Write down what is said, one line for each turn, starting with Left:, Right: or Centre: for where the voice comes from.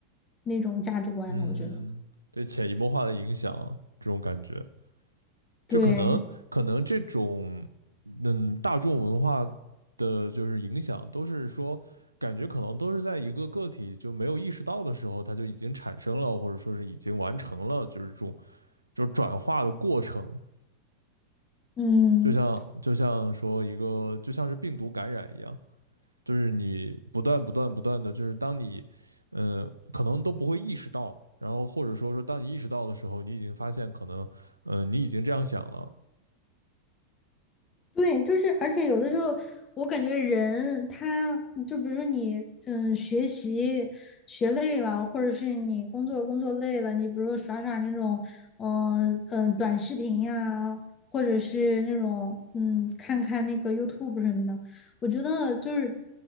Left: 那种价值观了。
Right: 嗯，
Left: 我觉得，
Right: 对潜移默化的影响啊这种感觉。
Left: 对，
Right: 就可能可能这种嗯大众文化的就是影响，都是说感觉可能都是在一个个体就没有意识到的时候，它就已经产生了，或者说是已经完成了，就是这种就是转化的过程，
Left: 嗯。
Right: 就像就像说一个就像是病毒感染一样，就是你不断不断不断的，就是当你嗯，可能都不会意识到。然后或者说说，当你意识到的时候，你已经发现可能，嗯，你已经这样想了，
Left: 对，就是，而且有的时候，我感觉人他就比如说你，嗯，学习学累了，或者是你工作工作累了，你比如说耍耍那种，嗯、呃嗯、呃短视频呀、或者是那种，嗯，看看那个 YouTube 什么的，我觉得就是